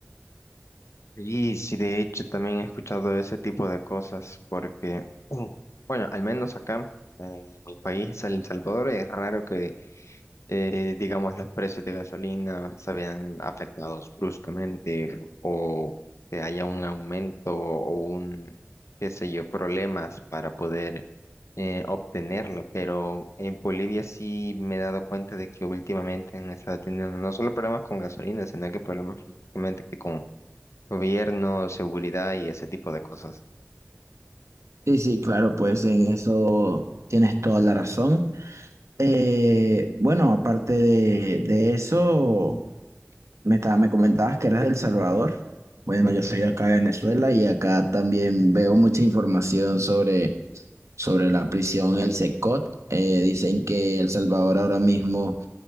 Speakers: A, on the left; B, on the right.
A: Y sí, de hecho, también he escuchado ese tipo de cosas, porque, mm, bueno, al menos acá, eh, en mi país, El Salvador, es raro que, eh, digamos, los precios de gasolina se vean afectados bruscamente o que haya un aumento o un, qué sé yo, problemas para poder eh, obtenerlo, pero en Bolivia sí me he dado cuenta de que últimamente han estado teniendo no solo problemas con gasolina, sino que problemas prácticamente que con gobierno, seguridad y ese tipo de cosas.
B: Sí, sí, claro, pues en eso tienes toda la razón. Eh, bueno, aparte de, de eso... Me, ta- me comentabas que eras de El Salvador. Bueno, yo soy de acá de Venezuela y acá también veo mucha información sobre, sobre la prisión, el SECOT. Eh, dicen que El Salvador ahora mismo